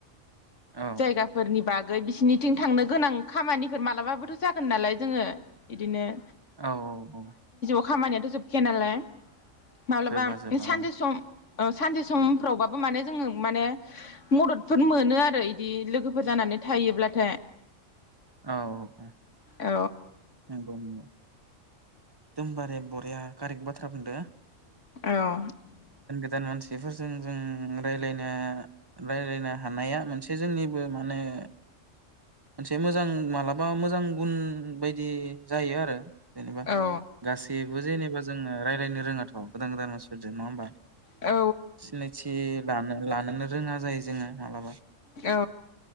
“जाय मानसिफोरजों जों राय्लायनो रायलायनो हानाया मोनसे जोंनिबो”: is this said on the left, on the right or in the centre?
Right